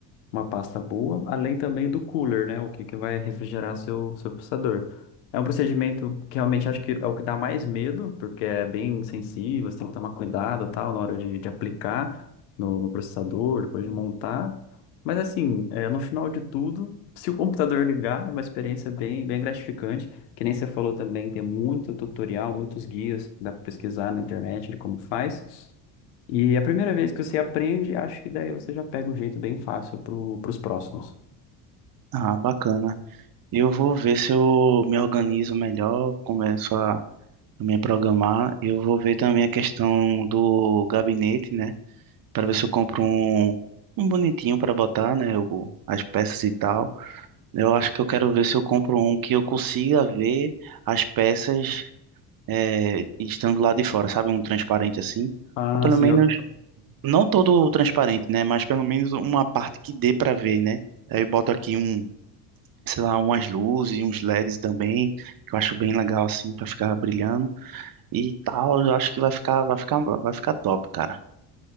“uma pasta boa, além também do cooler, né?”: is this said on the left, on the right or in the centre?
Left